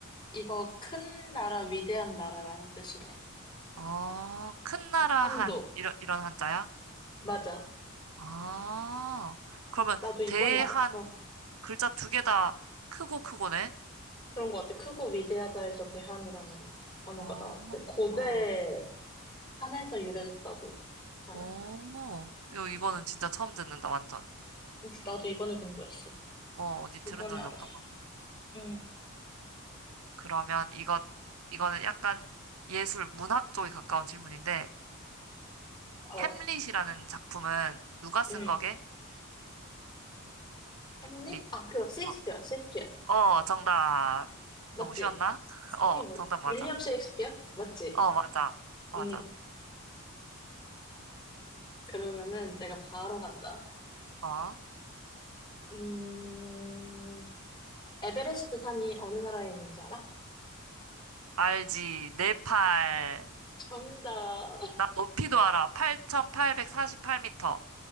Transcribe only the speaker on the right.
어, 큰 나라
한. 이런, 이런 한자야?
아, 그러면
대한,
글자 두 개 다 크고 크고네?
어,
어,
어, 이거- 이거는 진짜 처음 듣는다, 완전.
어, 어디 들은
적이
없다.
그러면 이것, 이거는 약간 예술 문학 쪽에 가까운 질문인데,
햄릿이라는 작품은 누가 쓴
거게?
햄릿.
어,
어, 정답.
너무 쉬웠나? <laughs>
어,
정답 맞아.
어, 맞아. 맞아.
어,
알지. 내 팔.
나 높이도 알아. 8,848m.